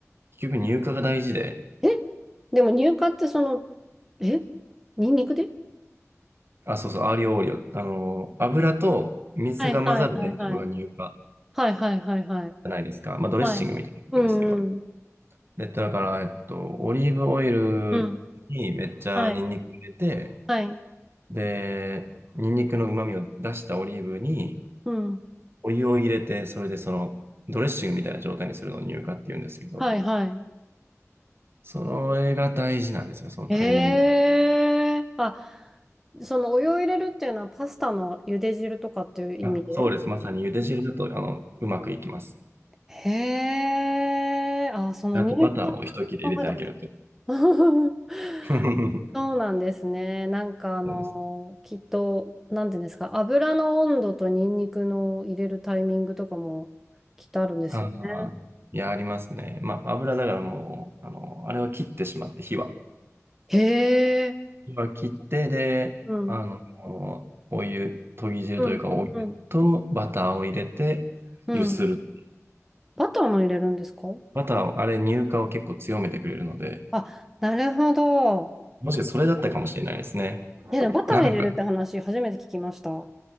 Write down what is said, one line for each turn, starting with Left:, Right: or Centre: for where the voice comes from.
Right: 結局入荷が大事で、
Centre: えでも乳化ってその、えニンニクで
Right: あ、そうそう、アーリオオーリオ。あの、油と水が混ざる現象が入荷じ
Centre: はいはいはいはい。はいはいはいはい。
Right: ゃないですか。まあ、ドレッシングみたいなことですけど。
Centre: はい。うんうん。
Right: で、だから、えっと、オリーブオイルにめっちゃニンニク入れて、
Centre: うんはい、はい、
Right: で、ニンニクの旨味を出したオリーブに
Centre: うん、
Right: お湯を入れて、それでそのドレッシングみたいな状態にするのを乳化って言うんですけど、
Centre: はい、はい。
Right: それが大事なんですよ、そのタイミング。
Centre: へえ、あ、そのお湯を入れるっていうのはパスタの茹で汁とかっていう意味で
Right: あ、そうです。まさに茹で汁だと、あの、うまくいきます。
Centre: へえ、あ、その入管考えたこと。
Right: あとバターを一切れ入れてあげると。
Centre: <laughs>
Right: <laughs> そう
Centre: そうなんですね。なんかあの、
Right: です。
Centre: きっと、なんていうんですか、油の温度とニンニクの入れるタイミングとかもきっとあるんですよね。
Right: ああ、いや、ありますね。まあ、油だからもう、あの、あれは切ってしまって、火は。
Centre: へえ、
Right: 今切って、で、
Centre: うん、
Right: あの、お湯、とぎ汁というか、
Centre: うん、
Right: お湯とバターを入れて、
Centre: うん、うん。
Right: 揺する。
Centre: バターも入れるんですか
Right: バターを、あれ、乳化を結構強めてくれるので、
Centre: あ、なるほど。
Right: もしかしてそれだったかもしれないですね。
Centre: いや、でもバター入れるって話、
Right: なんか、
Centre: 初めて聞きました。